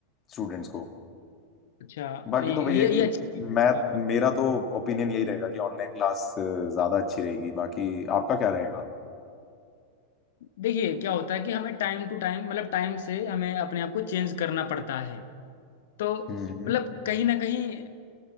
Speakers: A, on the left; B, on the left.
A: स्टूडेंट्स को
B: अच्छा
A: बाकी
B: नहीं
A: तो वही
B: ये
A: है कि
B: ये अच्छी
A: मैं
B: हाँ
A: मेरा तो ओपिनियन यही रहेगा कि ऑनलाइन क्लास ज्यादा अच्छी रहेगी बाकी आपका क्या रहेगा
B: देखिए क्या होता है कि हमें टाइम टू टाइम मतलब टाइम से हमें अपने आप को चेंज करना पड़ता है तो
A: हम्म
B: मतलब कहीं ना कहीं